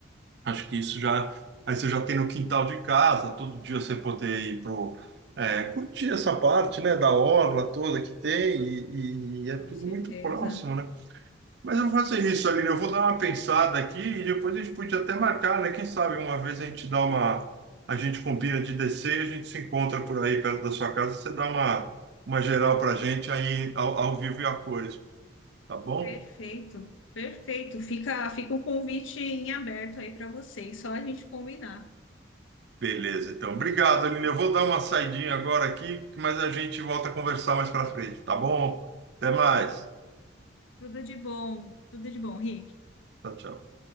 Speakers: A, on the right; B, on the left.
A: Acho que isso já. Aí você já tem no quintal de casa, todo dia você poder ir pro, é, curtir essa parte, né, da orla toda que tem, e, e é
B: com
A: tudo
B: certeza.
A: muito próximo, né? Mas eu vou fazer isso, Aline, eu vou dar uma pensada aqui e depois a gente podia até marcar, né? Quem sabe uma vez a gente dá uma. A gente combina de descer, a gente se encontra por aí perto da sua casa, você dá uma, uma geral pra gente aí ao, ao vivo e a cores, tá bom?
B: Perfeito, perfeito. Fica, fica o convite em aberto aí para vocês, só a gente combinar.
A: Beleza, então. Obrigado, Aline. Eu vou dar uma saidinha agora aqui, mas a gente volta a conversar mais para frente, tá bom? Até mais.
B: Tudo de bom, tudo de bom, Rick.
A: Tchau, tchau.